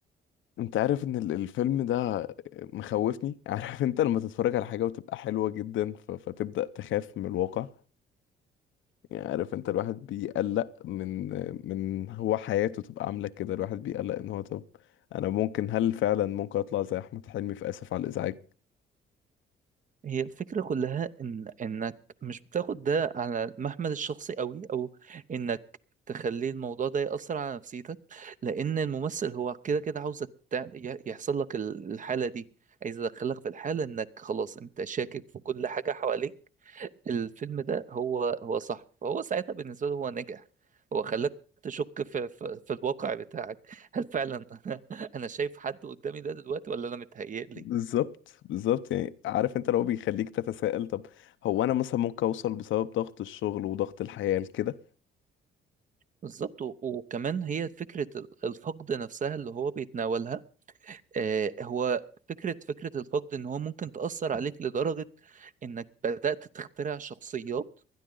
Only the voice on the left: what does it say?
انت عارف ان ال- الفيلم ده مخوفني <laughs> عارف انت لما تتفرج على حاجة وتبقى حلوة جدا ف... فتبدأ تخاف من الواقع يعني عارف انت الواحد بيقلق من من هو حياته تبقى عاملة كده الواحد بيقلق ان هو طب انا ممكن هل فعلا ممكن اطلع زي احمد حلمي في اسف على الازعاج
بالظبط بالظبط يعني عارف انت لو بيخليك تتساءل طب هو انا مثلا ممكن اوصل بسبب ضغط الشغل وضغط الحياة لكده